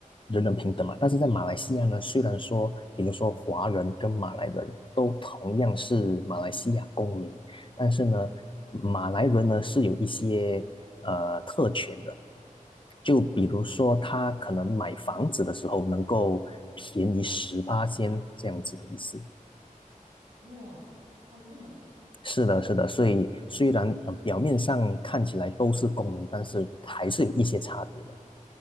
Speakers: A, on the left (about 35°); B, on the right (about 60°).
A: 人人平等嘛，
B: 嗯，
A: 但是在马来西亚呢，虽然说，比如说华人跟马来人都同样是马来西亚公民，但是呢，
B: 对呀。
A: 马来人呢是有一些呃特权的，就比如说他可能买房子的时候能够便宜十八千这样子的意思。
B: 哦，哇，差别这么大。
A: 是的，是的，所以虽然呃表面上看起来都是公民，但是还是有一些差别的。